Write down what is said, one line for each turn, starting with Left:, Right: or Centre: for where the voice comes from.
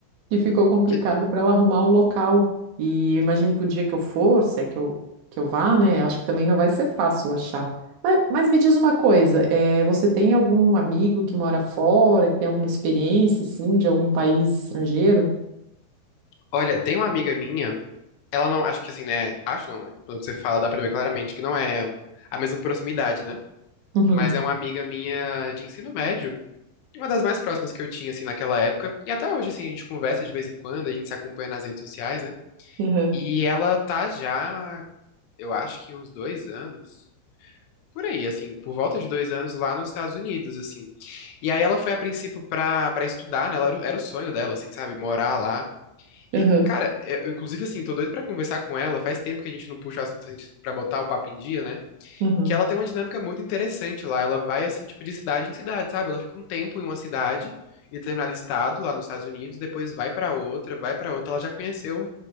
Right: E ficou complicado
Left: Que,
Right: para ela arrumar um local. E eu imagino que o dia que eu for, se é que eu, que eu vá, né? Acho que também não vai ser fácil achar. Mas, mas me diz uma coisa, eh, você tem algum amigo que mora fora, que tem alguma experiência, assim, de algum país estrangeiro?
Left: olha, tem uma amiga minha, ela não, acho que assim, né? Acho não, né? Pelo que você fala, dá pra ver claramente que não é a mesma proximidade, né?
Right: Uhum,
Left: Mas é uma amiga minha de ensino médio, uma das mais próximas que eu tinha, assim, naquela época. E até hoje, assim, a gente conversa de vez em quando, a gente se acompanha nas redes sociais, né?
Right: uhum,
Left: E ela tá já, eu acho que uns dois anos. por aí, assim, por volta de dois anos lá nos Estados Unidos, assim. E aí ela foi a princípio pra, pra estudar, né? Ela era, o- era o sonho dela, assim, sabe? Morar lá.
Right: uhum,
Left: E, cara, eu, inclusive, assim, tô doido pra conversar com ela. Faz tempo que a gente não puxa o assunto assim, pra botar o papo em dia, né?
Right: uhum.
Left: Que ela tem uma dinâmica muito interessante lá. Ela vai, assim, tipo, de cidade em cidade, sabe? Ela fica um tempo em uma cidade, em determinado estado, lá nos Estados Unidos, depois vai pra outra, vai pra outra. Ela já conheceu